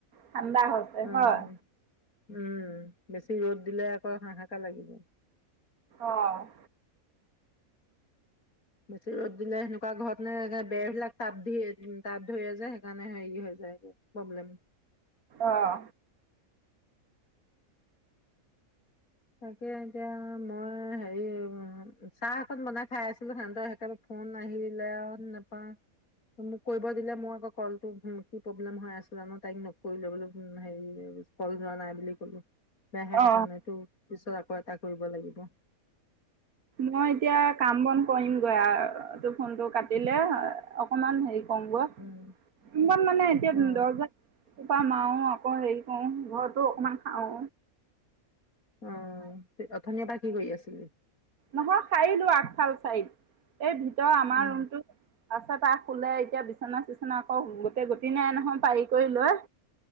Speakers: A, on the right (about 85°); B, on the left (about 75°).
A: ঠাণ্ডা হৈছে
B: উম
A: হয়,
B: - উম। বেছি ৰ'দ দিলে আকৌ হাহাকাৰ লাগিব।
A: অহ,
B: বেছি ৰ'দ দিলে সেনেকুৱা ঘৰত নে বেৰবিলাক তাপ দি তাপ ধৰে যে সেইকাৰণে হেৰি হৈ যায় প্ৰব্লেম।
A: অহ,
B: তাকে এতিয়া মই হেৰি চাহ অকন বনাই খাই আছিলো সহতে একোৰে ফোন আহিলে আৰু নাপাও। মোক কৰিব দিলে মোৰ আকৌ কলটো কি প্ৰব্লেম হৈ আছিলে ন তাইক নকৰিলে বোলো হেৰি কল যোৱা নাই বুলি কলো। তাৰ হে পচন্দ
A: অ'।
B: এইটো। পিছত আকৌ এটা কৰিব লাগিব।
A: মই এতিয়া কাম বন কৰিমগৈ আৰু এইটো ফোনটো কাটিলে অকমান হেৰি কমগৈ
B: উম
A: ইমান মানে এতিয়া
B: অ
A: দহ কা মাৰো আকৌ হেৰি কৰো ঘৰতো অকমান খাও।
B: উম, তে অথনীৰ পৰা কি কৰি আছিলি?
A: নহয় খাৰি লোৱা আগফাল চাইদ। এই ভিতৰ আমাৰ
B: অ
A: ৰুমটো। তাপিছত তাত শুলে এতিয়া বিচনা চিচনা আকৌ গোটেই গটি নাই নহয় পাৰি কৰি লৈ।